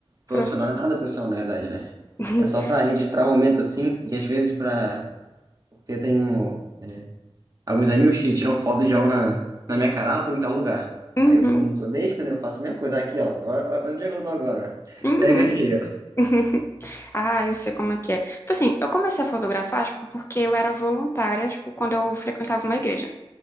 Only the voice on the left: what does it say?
Pro-
<laughs>
Uhum.
Uhum.
<laughs> Ah, eu sei como é que é. Tipo assim, eu comecei a fotografar, tipo, porque eu era voluntária, tipo, quando eu frequentava uma igreja.